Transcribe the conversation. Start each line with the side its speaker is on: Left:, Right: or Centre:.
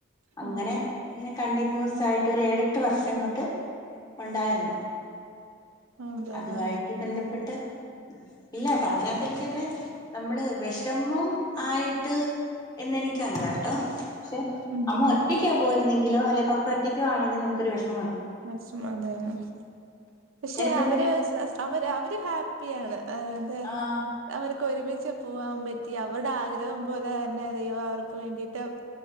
Left: അങ്ങനെ
Right: ഓ
Left: ഇങ്ങനെ കണ്ടിന്യൂസ് ആയിട്ട് ഒരു ഏഴെട്ട് വർഷം ങ്ങോട്ട് ഉണ്ടായിരുന്നു
Right: അതെല്ലേ
Left: അതു ആയിട്ട് ബന്ധപ്പെട്ട് ഇല്ല ട്ടാ അത് അതിനകത്ത് എനിക്കങ്ങനെ നമ്മള് വെഷമം ആയിട്ട് എന്നെനിക്കല്ല ട്ടോ പക്ഷെ
Right: ഉം
Left: അമ്മ
Right: ഉം
Left: ഒറ്റക്കാ പോയിരുന്നെങ്കിൽ ലോ അല്ലെ പത്തര ട്ടിക്ക് ആണെങ്കിൽനമുക്ക് ഒരു വെഷ
Right: - <unintelligible> പക്ഷെ
Left: ഞാനിപ്പ
Right: അവര്
Left: എന്തെ
Right: അവര് അവര് ഹാപ്പിയാണ് അ അതെ
Left: ആഹ്
Right: അവരെ ഒരുമിച്ച് പോവാൻ പറ്റി അവരുടെ ആഗ്രഹം പോലെ തന്നെ ദൈവം അവർക്ക് വേണ്ടിട്ട്